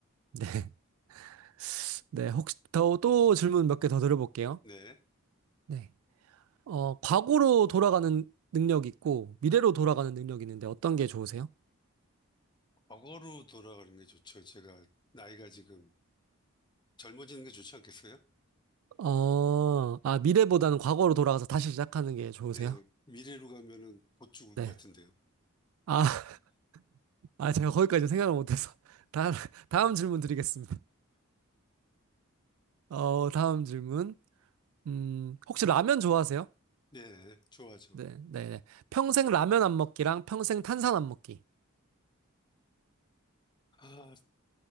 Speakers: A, on the right; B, on the left.
A: 네. <laughs> 네. 혹시 더 또 질문 몇 개 더 드려볼게요.
B: 네.
A: 네. 어, 과거로 돌아가는 능력이 있고, 미래로 돌아가는 능력이 있는데 어떤 게 좋으세요?
B: 과거로 돌아가는 게 좋죠. 제가 나이가 지금 젊어지는 게 좋지 않겠어요?
A: 어, 아, 미래보다는 과거로 돌아가서 다시 시작하는 게 좋으세요?
B: 예, 미래로 가면은 곧 죽을
A: 네.
B: 것 같은데요.
A: 아, <laughs> 아, 제가 거기까지 생각을 못해서. <laughs> 다, 다음 질문 드리겠습니다. 어, 다음 질문. 음, 혹시 라면 좋아하세요?
B: 네, 좋아하죠.
A: 네, 네, 네. 평생 라면 안 먹기랑 평생 탄산 안 먹기.
B: 아,